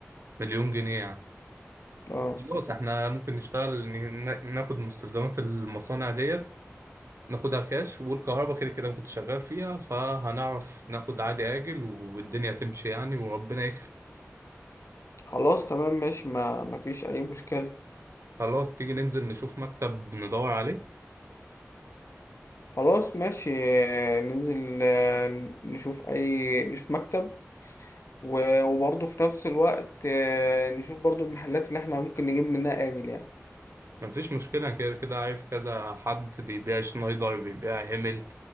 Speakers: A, on the right; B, on the left.
A: مليون جنيه يعني
B: اه
A: خلاص احنا ممكن نشتغل ن- ن- ناخد مستلزمات المصانع ديت ناخدها كاش والكهرباء كده كده أنا كنت شغال فيها فهنعرف ناخد عادي آجل والدنيا تمشي يعني وربنا يكرم
B: خلاص تمام ماشي ما ما فيش أي مشكلة
A: خلاص تيجي ننزل نشوف مكتب ندور عليه
B: خلاص ماشي آه، ننزل آه، نشوف أي نشوف مكتب و- وبرضه في نفس الوقت آه، نشوف برضه المحلات اللي احنا ممكن نجيب منها آجل يعني
A: مفيش مشكلة كده كده عارف كذا حد بيبيع شنايدر بيبيع هيمل